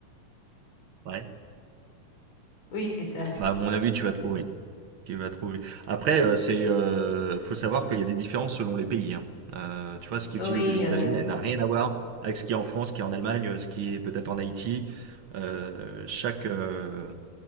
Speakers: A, on the right; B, on the left.
A: Ouais.
B: Oui, c'est ça.
A: Bah, à mon avis, tu vas trouver. Tu vas trouver. Après, euh, c'est, euh, faut savoir qu'il y a des différences selon les pays. hein. Euh, tu vois, ce qui
B: Oui,
A: est utilisé aux États-Unis
B: euh,
A: elle n'a rien à voir avec ce qui est en France, ce qui est en Allemagne, ce qui est peut-être en Haïti. Euh, chaque, euh,